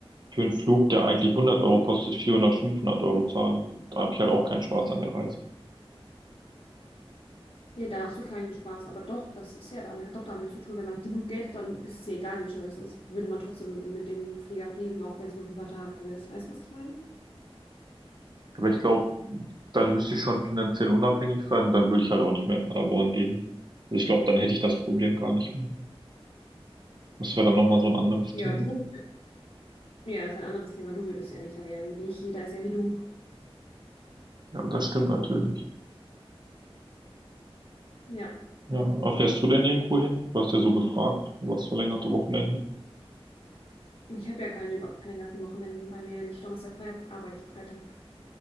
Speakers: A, on the right; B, on the left.
A: für einen Flug, der eigentlich hundert Euro kostet, vierhundert fünfhundert Euro zahle. Da habe ich halt auch keinen Spaß an der Reise.
B: Ja, da hast du keinen Spaß. Aber doch, das ist ja damit, hat doch damit zu tun, wenn man genug Geld hat, dann ist es ja egal, wie teuer es ist. Würde man trotzdem mit dem Flieger fliegen, auch wenn es nur für ein paar Tage ist. Weißt du, was ich meine?
A: Aber ich glaube, dann müsste ich schon finanziell unabhängig sein, dann würde ich halt auch nicht mehr in Paderborn leben. Also ich glaube, dann hätte ich das Problem gar nicht mehr. Das wäre dann nochmal so ein anderes
B: Ja,
A: Thema.
B: du. Ja, das ist ein anderes Thema. Du würdest ja nicht, Alia. Nicht jeder ist ja wie du.
A: Ja, das stimmt natürlich.
B: Ja.
A: Ja, aber fährst du denn irgendwo hin? Du hast ja so gefragt, du hast verlängerte Wochenende.
B: Ich habe ja keine über- verlängerten Wochenenden bei mir. Wenn ich Donnerstag frei habe, arbeite ich freitags.